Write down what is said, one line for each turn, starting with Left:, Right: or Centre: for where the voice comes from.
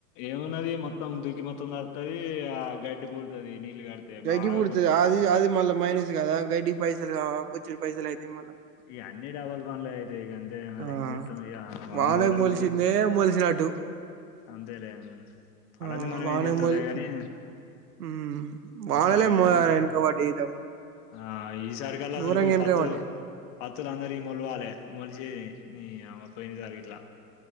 Left: ఏమున్నది మొత్తం దుకి మొత్తం దడుత్తది ఆ గడ్డి పుడుతది నీళ్లు కడితే
Right: గడ్డి
Left: బాగా
Right: పుడుతది అది అది మళ్ళా మైనస్ కాదా గడ్డికి పైసలు కావ, బొచ్చడ్ పైసలు అయితయ్ మళ్ళ
Left: ఇయ అన్ని డబల్ పనులే తే గంతే ఇగ మరి
Right: ఆ
Left: ఏం చేస్తాం ఇంక
Right: వానకు మొలిసిందే మొలిసినట్టు
Left: అంతేలే
Right: ఆ
Left: అలంది మనం
Right: వానకు
Left: ఏం చెత్తంలే
Right: మొలి
Left: గని
Right: మ్మ్ వానలే
Left: ఈసారి లేదు
Right: వెనక పడ్డాయి ఈసారి
Left: ఆ ఈసారి కల్లా అసలుకు
Right: ఘోరంగా వెనక
Left: పత్తు
Right: పడ్డాయి
Left: పత్తులు అందరియి మొలవాలె మొలి జే నీ యవ్వ పోయినసారి గిట్ల